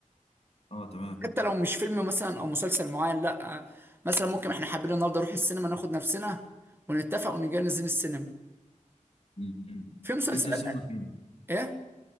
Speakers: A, on the left; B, on the right.
A: اه تمام
B: حتى لو مش فيلم مثلا او مسلسل معين لا مثلا ممكن احنا حابين النهارده نروح السينما ناخد نفسنا ونتفق ونجي ننزل السينما
A: م- م.
B: في مسلسلات
A: بتنزل سينما فين
B: ايه